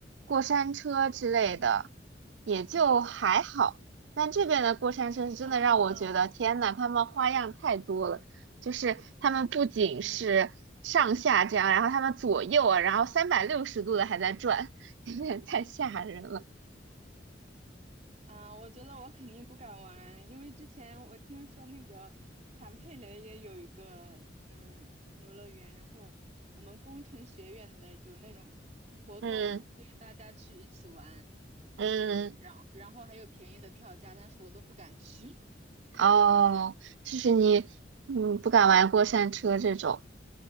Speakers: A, on the right; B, on the right.
A: 过山车之类的也就还好，
B: 嗯
A: 但这边的过山车是真的让我觉得天呐，
B: 啊，
A: 他们花样太多了。就是他们不仅是上下这样，
B: 嗯
A: 然后他们左右啊，然后三百六十度的还在转，<laughs> 有点太吓人了。
B: 啊，我觉得我肯定不敢玩，因为之前我听说那个坦佩雷也有一个嗯游乐园，然后我们工程学院的有那种活动，
A: 嗯
B: 可以大家去一起玩，
A: 嗯。
B: 然后然后还有便宜的票价，但是我都不敢去，
A: 哦，就是你，
B: <laughs> 嗯，
A: 嗯，不敢玩过山车这种。